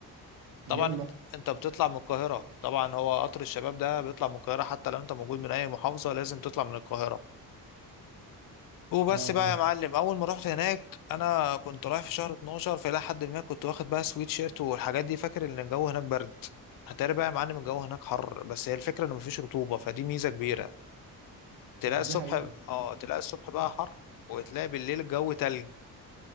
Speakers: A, on the left (about 65°); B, on the right (about 75°).
A: طبعا
B: يلا
A: انت أنت بتطلع من القاهره طبعا هو قطر الشباب ده بيطلع من القاهره حتى لو انت موجود من اي محافظه لازم تطلع من القاهره وبس
B: اه فاهمك
A: بقى يا معلم اول ما رحت هناك انا كنت رايح في شهر 12 فالى حد ما كنت واخد بقى سويت شيرت والحاجات دي فاكر ان الجو هناك برد هتاري بقى يا معلم الجو هناك حر بس هي الفكره ان مفيش رطوبه فدي ميزه كبيره تلاقي
B: ودي
A: الصبح
B: حقيقة
A: اه تلاقي الصبح بقى حر وتلاقي بالليل الجو تلج